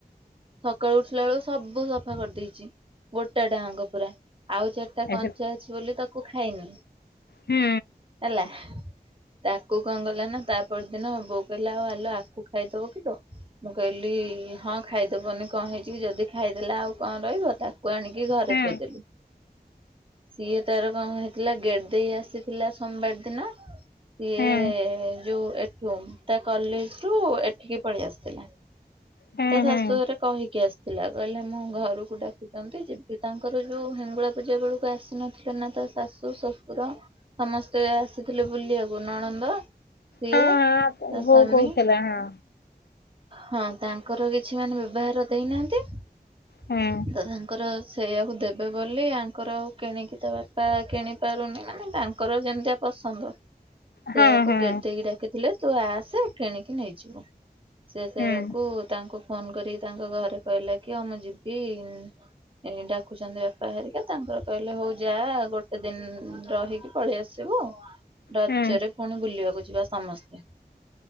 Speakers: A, on the right; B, on the left.
A: ସକାଳୁ ଉଠିଲା ବେଳକୁ ସବୁ ସଫା କରିଦେଇଚି। ଗୋଟାଟା ଆଙ୍କ ପୁରା, ଆଉ ଚାରିଟା କଞ୍ଚା
B: ଏଠି
A: ଅଛି ବୋଲି ତାକୁ ଖାଇନୁ।
B: ହୁଁ।
A: ହେଲା। ତାକୁ କଁ ଗଲା ନା ତା ପରଦିନ ବୋଉ କହିଲା ଆଉ ଆଲୋ ଆକୁ ଖାଇଦବ କିଲୋ। ମୁଁ କହିଲି ହଁ ଖାଇଦବନି କଣ ହେଇଛି କି ଯଦି ଖାଇଦେଲା ଆଉ କଣ ରହିବ ତା କୁ ଆଣିକି ଘରେ
B: ହୁଁ
A: ଥୋଇଦେଲି। ସିଏ ତାର କଁ ହେଇଥିଲା ଗେଡିଦେଇ ଆସିଥିଲା ସୋମବାର ଦିନ ସିଏ
B: ହୁଁ
A: ଯୋଉ ଏଠୁ ତା କଲେଜରୁ ଏଠିକି ପଳେଇ ଆସିଥିଲା।
B: ହୁଁ
A: ତା ଶାଶୁ
B: ହୁଁ
A: ଘରେ କହିକି ଆସିଥିଲା କହିଲା ମୁଁ ଘରକୁ ଡାକିଛନ୍ତି ଯେ ତାଙ୍କର ଯୋଉ ହେଙ୍ଗୁଳା ପୂଜା ବେଳକୁ ଆସିନଥିଲେ ନା ତା ଶାଶୁ ଶଶୁର ସମସ୍ତେ ଆସିଥିଲେ ବୁଲିଆକୁ ନଣନ୍ଦ ସିଏ।
B: ହଁ
A: ତା
B: ହଁ ବୋଉ
A: ସାମୀ
B: କହୁଥିଲା ହଁ
A: ହଁ। ତାଙ୍କର କିଛି ମାନେ ବେବହାର ଦେଇନାହାନ୍ତି
B: ହୁଁ
A: ତ ତାଙ୍କର ସେଇଆକୁ ଦେବେ ବୋଲି ଆଙ୍କର ଆଉ କିଣିକି ତା ବାପା କିଣିପାରୁନି ମାନେ ତାଙ୍କର ଯେମିତିଆ ପସନ୍ଦ। ସେୟାକୁ
B: ହଁ ହଁ
A: ଗେଡିଦେଇକି ଡାକିଥିଲେ ତୁ ଆସେ କିଣିକି ନେଇଯିବୁ, ସେ ସେୟା
B: ହୁଁ
A: କୁ ତାଙ୍କୁ ଫୋନ କରିକି ତାଙ୍କ ଘରେ କହିଲା କି ହଁ ମୁଁ ଯିବି ଏ ଡାକୁଛନ୍ତି ବାପା ହେରିକା ତାଙ୍କର କହିଲେ ହଉ ଯା ଗୋଟେ ଦିନ ରହିକି ପଳେଇ ଆସ ସିବୁ ରଜରେ
B: ହୁଁ
A: ପୁଣି ବୁଲିବାକୁ ଯିବା ସମସ୍ତେ।